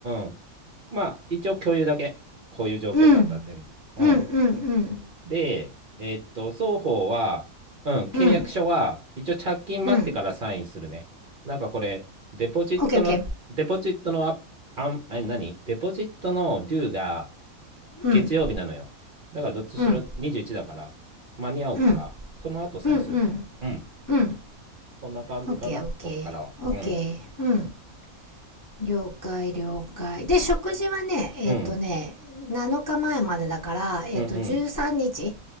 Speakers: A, on the right; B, on the left.
A: んうん。まあ、一応共有だけ。こういう状況だったっていうの。
B: うん。うん
A: うん。
B: うんうん。
A: で、えーっと、双方は、うん、契約書は、
B: うん。
A: 一応着金待ってからサインするね。
B: うん。
A: なんかこれ、デポジットの、
B: OK OK。
A: デポジットのア、あん、あ、何デポジットのデューが
B: うん。
A: 月曜日なのよ。だからどっちしろ21だから、
B: うん。
A: 間に合うから、
B: うん。
A: その後サインすると思う。
B: うんうん。
A: うん。
B: うん。
A: そんな感じかな、
B: OK OK。
A: 僕からは。
B: OK。
A: うん。
B: うん。了解了解。で、食事はね、えっ、
A: うん。
B: とね、7日前まえまでだから、えっ、
A: うんうん。
B: と、13日、